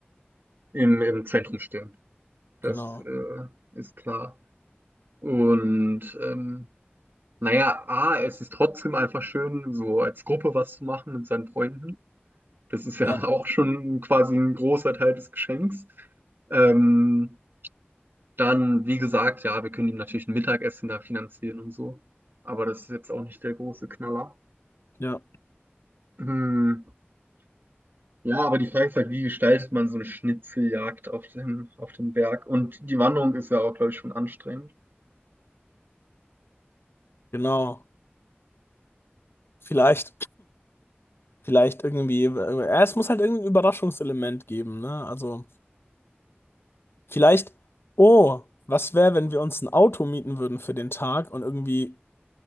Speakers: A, on the right (about 55°); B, on the left (about 70°).
A: im, im Zentrum stehen. Das
B: Genau.
A: äh, ist klar. Und ähm, naja, A, es ist trotzdem einfach schön, so als Gruppe was zu machen mit seinen Freunden. Das ist ja
B: Ja,
A: <laughs> auch schon quasi ein großer Teil des Geschenks. Ähm, dann, wie gesagt, ja, wir können ihm natürlich ein Mittagessen da finanzieren und so. Aber das ist jetzt auch nicht der große Knaller.
B: ja,
A: Hm, ja, aber die Frage ist halt, wie gestaltet man so eine Schnitzeljagd auf dem, auf dem Berg? Und die Wanderung ist ja auch, glaube ich, schon anstrengend.
B: genau. Vielleicht. Vielleicht irgendwie, äh, ja, es muss halt irgendein Überraschungselement geben, ne? Also, vielleicht, oh, was wäre, wenn wir uns ein Auto mieten würden für den Tag und irgendwie